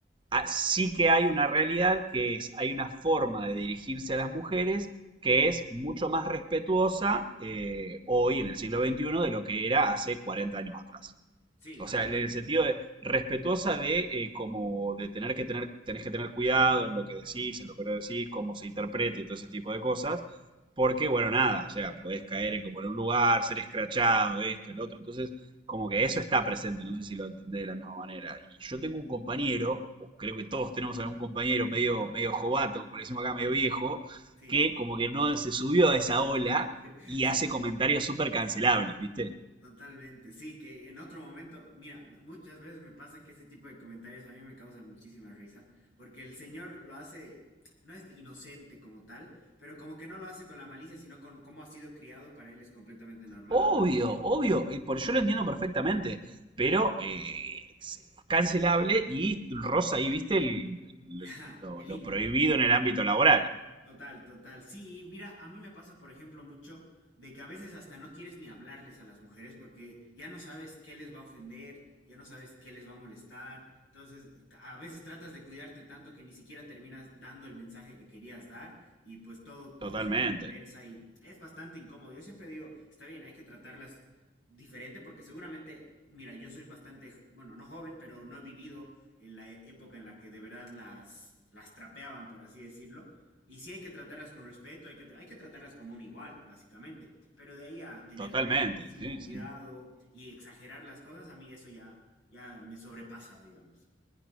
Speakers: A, on the right (about 25°); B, on the left (about 85°).
A: ah, sí que hay una realidad que es, hay una forma de dirigirse a las mujeres que es mucho más respetuosa eh, hoy en el siglo XXI de lo que era hace 40 años atrás.
B: sí,
A: O
B: totalmente.
A: sea, en el sentido de respetuosa de eh, como de tener que tener, tenés que tener cuidado en lo que decís, en lo que no decís, cómo se interpreta y todo ese tipo de cosas. Porque, bueno, nada, o sea, podés caer en como en un lugar, ser escrachado, esto, el otro. Entonces, como que eso está presente, no sé si lo entendés de la misma manera. Y yo tengo un compañero, o creo que todos tenemos algún compañero medio, medio jovato, como le decimos acá, medio viejo,
B: Sí,
A: que como que no se subió a esa ola
B: <laughs>
A: y
B: sí.
A: hace comentarios súper cancelables, ¿viste?
B: Totalmente, sí, que en otro momento, mira, muchas veces me pasa que ese tipo de comentarios a mí me causan muchísima risa, porque el señor lo hace, no es inocente como tal, pero como que no lo hace con la malicia, sino con cómo ha sido criado, para él es completamente normal
A: Obvio,
B: hablar así.
A: obvio, eh, por yo lo entiendo perfectamente, pero eh, es es cancelable y rosa ahí, viste, el-
B: Ajá,
A: lo,
B: el
A: lo
B: límite.
A: prohibido en el ámbito laboral.
B: Total, total. Sí, y mira, a mí me pasa, por ejemplo, mucho de que a veces hasta no quieres ni hablarles a las mujeres porque ya no sabes qué les va a ofender, ya no sabes qué les va a molestar. Entonces, a veces tratas de cuidarte tanto que ni siquiera terminas dando el mensaje que querías dar y pues todo, todo
A: Totalmente,
B: se tergiversa y es bastante incómodo. Yo siempre digo, está bien, hay que tratarlas diferente porque seguramente, mira, yo soy bastante, j- bueno, no joven, pero no he vivido en la e- época en la que de verdad las, las trapeaban, por así decirlo. Y sí hay que tratarlas con respeto, hay que, tra- hay que tratarlas como un igual, básicamente. Pero de ahí a tener
A: totalmente,
B: tantísimo
A: sí,
B: cuidado
A: sí.
B: y exagerar las cosas, a mí eso ya, ya me sobrepasa, digamos.